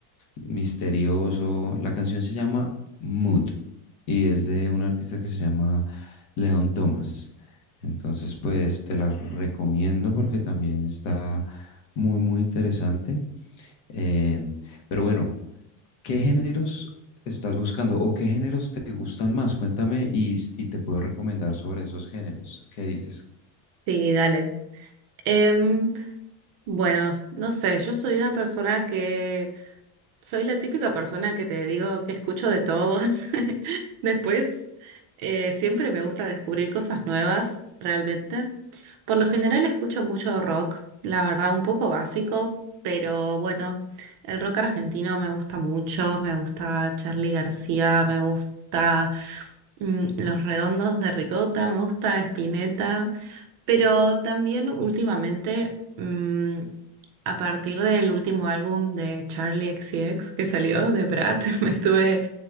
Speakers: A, on the left (about 65°); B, on the right (about 45°).
A: misterioso. La canción se llama Mood y es de un artista que se llama Leon Thomas. Entonces, pues te la recomiendo porque también está muy, muy interesante. Eh, pero bueno. ¿Qué géneros estás buscando o qué géneros te gustan más? Cuéntame y, y te puedo recomendar sobre esos géneros. ¿Qué dices?
B: Sí, dale. Em, bueno, no sé, yo soy una persona que, soy la típica persona que te digo que escucho de todos. <laughs> Después, eh, siempre me gusta descubrir cosas nuevas, realmente. Por lo general escucho mucho rock, la verdad, un poco básico, pero bueno, el rock argentino me gusta mucho, me gusta Charly García, me gusta mm, Los Redondos de Ricota, me gusta Spinetta, pero también últimamente, mm, a partir del último álbum de Charlie X C X que salió, de Brat, <laughs> me estuve